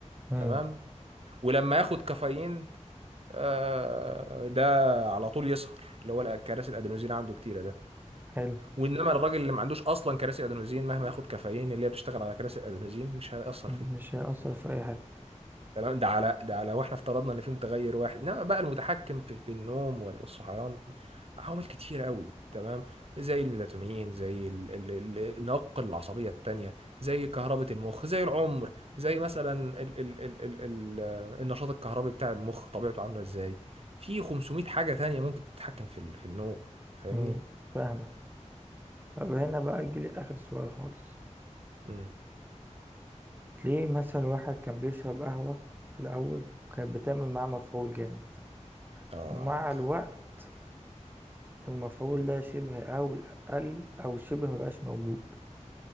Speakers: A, on the right; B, on the right.
A: امم
B: تمام ولما ياخد كافيين آه، ده على طول يسهر اللي هو كراسي الادينوزين عنده كتيره ده
A: حلو
B: وانما الراجل اللي ما عندوش اصلا كراسي ادينوزين مهما ياخد كافيين اللي هي بتشتغل على كراسي الادينوزين مش هيأثر
A: مش
B: فيه
A: هيأثر في أي حاجة
B: تمام ده على ده على واحنا افترضنا ان في متغير واحد انما بقى المتحكم في, في النوم وال- والصحيان عوامل كتيرة قوي تمام زي الميلاتونين زي ال- ال- ال- النواقل العصبية التانية زي كهربة المخ زي العمر زي مثلا ال ال ال ال ال النشاط الكهربي بتاع المخ طبيعته عاملة ازاي في 500 حاجة تانية ممكن تتحكم في ال- في النوم فاهمني؟
A: امم فاهمة طب هنا بقى أجيلي آخر سؤال خالص
B: امم
A: ليه مثلا واحد كان بيشرب قهوة في الأول كانت بتعمل معاه مفعول جامد
B: آه
A: ومع الوقت المفعول ده شبه أو قل أو شبه مبقاش موجود